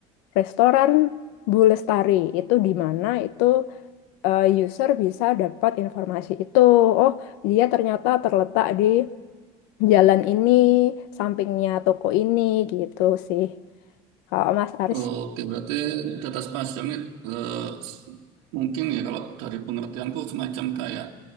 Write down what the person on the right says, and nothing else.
Oke, berarti data spasial ini eh, s- mungkin ya kalau dari pengertianku semacam kayak